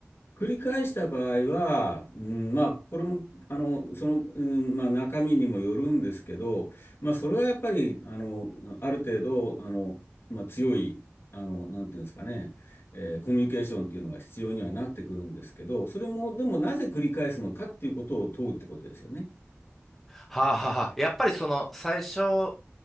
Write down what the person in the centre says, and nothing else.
はあはあはあ。やっぱりその最初